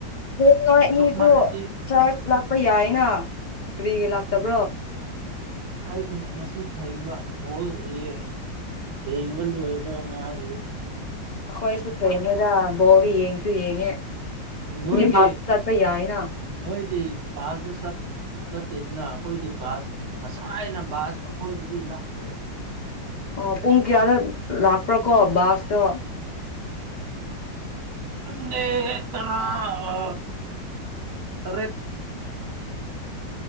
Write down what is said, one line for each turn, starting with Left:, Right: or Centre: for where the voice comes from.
Left: ꯍꯌꯦꯡ ꯅꯣꯢ ꯑꯅꯤꯗꯨ
Right: ꯆꯣꯞꯃꯜꯂꯗꯤ
Left: ꯆꯔꯁ ꯂꯛ ꯄ ꯌꯥꯏꯅ ꯀꯔꯤꯒꯤ ꯂꯥꯛꯇꯕ꯭ꯔꯣ
Right: ꯑꯩ ꯉꯁꯤ ꯊꯦꯡꯕ ꯕꯣꯜ ꯌꯦꯡ ꯌꯦꯉꯕ ꯂꯣꯢꯕ ꯉꯥꯢꯔꯤ
Left: ꯑꯩꯈꯣꯏꯁꯨ ꯊꯦꯡꯉꯦꯗ ꯕꯣꯜꯗꯤ ꯌꯦꯡꯁꯨ ꯌꯦꯡꯉꯦ
Right: ꯅꯣꯏꯗꯤ
Left: ꯕꯥꯁꯇ ꯆꯠꯄ ꯌꯥꯏꯅ
Right: ꯅꯣꯏꯗꯤ ꯕꯖꯨ ꯆꯠ ꯆꯠꯇꯦꯗꯅ ꯑꯩꯈꯣꯏꯗꯤ ꯕꯥꯁ ꯉꯁꯥꯏꯅ ꯕꯥꯁ ꯑꯩꯈꯣꯏꯗꯗꯤ ꯂꯥꯛꯈ꯭ꯔꯦ
Left: ꯑ ꯄꯨꯡ ꯀꯌꯥꯗ ꯂꯥꯛꯄ꯭ꯔꯥꯀꯣ ꯕꯥꯁꯇꯣ
Right: ꯈꯪꯗꯦ ꯇꯔꯥ ꯑ ꯇꯔꯦꯠ